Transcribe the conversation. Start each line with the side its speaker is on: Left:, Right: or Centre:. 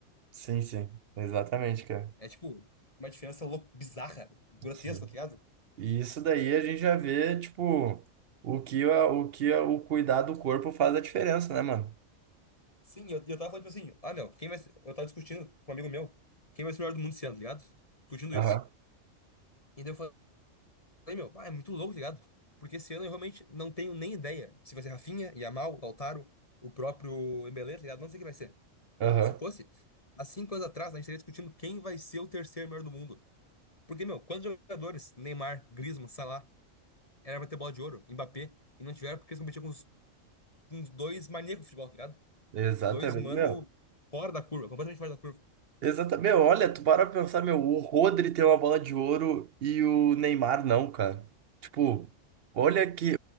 Right: Sim, sim. Exatamente, cara.
Left: É tipo, Uma diferença louca, bizarra, grotesca,
Right: sim.
Left: tá ligado?
Right: E isso daí a gente já vê, tipo, o que, a- o que a- o cuidar do corpo faz a diferença, né, mano?
Left: Sim, eu, eu tava falando, tipo assim, ah, meu, quem vai ser... Eu tava discutindo com um amigo meu, quem vai ser o melhor do mundo esse ano, tá ligado? Discutindo
Right: Aham.
Left: isso. E daí eu falei, meu, pá, é muito louco, tá ligado? Porque esse ano eu realmente não tenho nem ideia se vai ser Rafinha, Yamal, Lautaro, o próprio Embele, tá ligado? Não sei quem vai ser.
Right: Aham.
Left: Se fosse, há cinco anos atrás, a gente estaria discutindo quem vai ser o terceiro melhor do mundo. Porque, meu, quantos jogadores? Neymar, Griezmann, Salah, Era pra ter bola de ouro, Mbappé, e não tiveram porque eles competiam com uns, com uns dois maníacos de futebol, tá ligado?
Right: Exatamente.
Left: Dois mano
Right: Meu,
Left: fora da curva, completamente fora da curva.
Right: Exatamente. Meu, olha, tu para pra pensar, meu, o Rodri tem uma bola de ouro e o Neymar não, cara. Tipo, olha que,